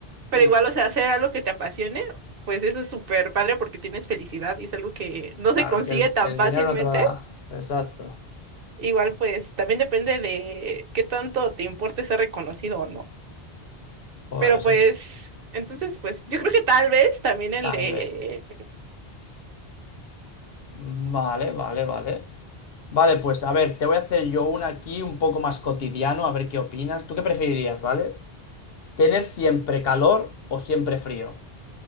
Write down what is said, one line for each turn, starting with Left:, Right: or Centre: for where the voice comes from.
Right: Pero
Left: Uf,
Right: igual, o sea, hacer algo que te apasione, pues eso es súper padre porque tienes felicidad y es algo que no
Left: claro,
Right: se consigue
Left: que el,
Right: tan
Left: el
Right: fácilmente.
Left: dinero no te lo da. Exacto.
Right: Igual, pues, también depende de qué tanto te importe ser reconocido o no.
Left: Pues
Right: Pero pues,
Left: eh,
Right: entonces, pues yo creo que tal vez también el
Left: tal
Right: de
Left: vez. Vale, vale, vale. Vale, pues a ver, te voy a hacer yo una aquí un poco más cotidiano, a ver qué opinas. ¿Tú qué preferirías, vale? ¿Tener siempre calor o siempre frío?